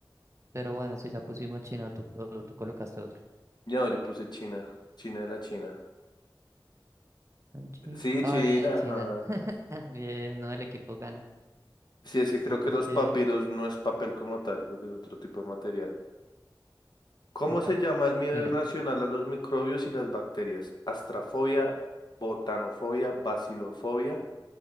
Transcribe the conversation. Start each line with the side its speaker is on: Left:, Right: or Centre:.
Right: Pero bueno, si ya pusimos China o tú, o tú colocaste otro.
Left: No, yo puse China, China de la China.
Right: Un chinito.
Left: Sí,
Right: Ah,
Left: China,
Right: bien, China.
Left: ajá.
Right: <laughs> Bien, no, el equipo gana.
Left: Sí, es que creo
Right: Yo creo
Left: que los
Right: que.
Left: papiros no es papel como tal, creo que es otro tipo de material. ¿Cómo
Right: Ok,
Left: se llama el miedo
Right: mira.
Left: irracional a los microbios y las bacterias? ¿Astrafobia, botanofobia, bacilofobia,